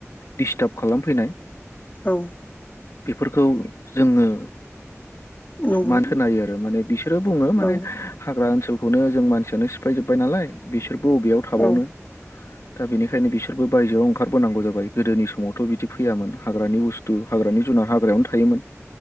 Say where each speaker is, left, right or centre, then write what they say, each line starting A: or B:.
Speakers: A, on the left; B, on the left.
A: दिस्टाब खालामफैनाय
B: औ
A: बेफोरखौ जोङो।
B: नंगौ
A: मान होनायो आरो माने बिसोरो बुङो माने
B: औ
A: हाग्रा ओनसोल खौनो जों मानसियानो सिफायजोब्बाय नालाय बिसोरबो बबेयाव थाबावनो।
B: औ
A: दा बेनिखायनो बिसोरबो बायजोआव ओंखारबोनांगौ जाबाय गोदोनि समावथ' बिदि फैयामोन हाग्रानि बुस्थु हाग्रानि जुन। हाग्रायावनो थायोमोन